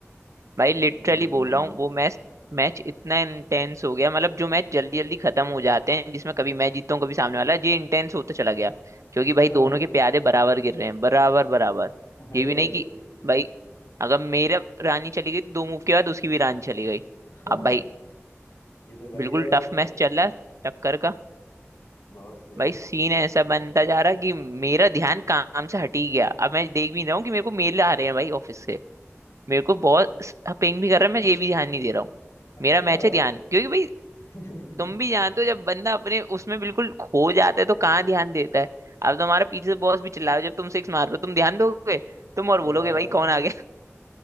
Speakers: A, on the right; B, on the left.
A: भाई लिटरली
B: हम्म
A: बोल रहा हूँ वो मैच मैच इतना इंटेंस हो गया मतलब जो मैच जल्दी जल्दी खत्म हो जाते हैं जिसमें कभी मैं जीतता हूँ कभी सामने वाला ये इंटेंस होता चला गया क्योंकि
B: अच्छा
A: भाई दोनों के प्यादे बराबर गिर रहे हैं बराबर बराबर
B: अरे
A: ये भी
B: भाई
A: नहीं कि भाई अगर मेरा रानी चली गई तो दो मूव के बाद उसकी भी रानी चली गई
B: <laughs>
A: अब भाई
B: ये तो बढ़िया
A: बिल्कुल
B: है
A: टफ
B: यार
A: मैच चल रहा है टक्कर का
B: बहुत सही
A: भाई सीन ऐसा बनता जा रहा कि मेरा ध्यान काम से हट ही गया अब मैं देख भी रहा हूँ कि मेरे को मेल आ रहे हैं भाई ऑफिस से मेरे को बहुत पिंग भी कर रहा है मैं ये भी ध्यान नहीं दे रहा हूँ
B: अच्छा
A: मेरा मैच है ध्यान क्योंकि भाई
B: <laughs>
A: तुम भी जानते हो जब बंदा अपने उसमें बिल्कुल खो जाता है तो कहाँ ध्यान देता है अब तुम्हारा पीछे से बॉस भी चिल्ला रहा है जब तुम सिक्स मार रहे हो तुम ध्यान दोगे तुम और
B: सही
A: बोलोगे
B: बात
A: भाई
B: है
A: कौन आ गया <laughs>